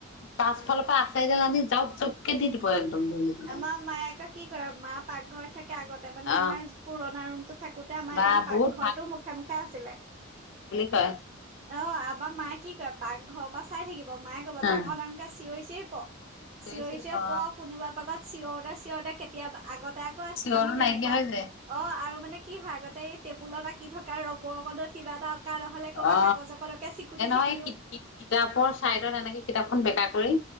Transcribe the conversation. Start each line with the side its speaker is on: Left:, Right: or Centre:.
Left: পাছ ফালৰ পৰা আচাইডাল আনি যাওক জাওকে দি দিব এক ৰ <unintelligible>
Right: আমাৰ মায়ে আকো কি কৰে মা পাকঘৰ থাকে আগতে মানে আমাৰ
Left: অহ
Right: পুৰণা ৰুমতো থাকোতে আমাৰ
Left: বা
Right: একদম পাকঘৰটো
Left: বহুত
Right: মুখে মুখে আছিলে
Left: বাই
Right: অ আবা মায়ে কি কৰে পাক ঘৰৰ পৰা চাই থাকিব মায়ে কব
Left: হা
Right: ডাঙৰ ডাঙৰকে চিঞৰি চিঞৰি প
Left: চিঞৰিছে
Right: চিঞৰি চিঞৰি
Left: অ
Right: প কোনোবা পাগত চিঞৰ এটা তেতে কেতিয়া আগত এ ত ক
Left: চিঞৰটো
Right: আমি তেনেকুৱা
Left: নাইকিয়া হৈ যায়
Right: অ আৰু মানে কি হয় আগতে এই টেবুলত আঁকি থকা ৰবৰ কডত কিবা এটা অঁকা নহ'লে ক'ৰবাত
Left: অ
Right: কাগজ অকনকে চিকুটি
Left: এনেহয়
Right: থাকিলো
Left: কিতাপৰ চাইডত এনেকে কিতাপখন বেকা কৰি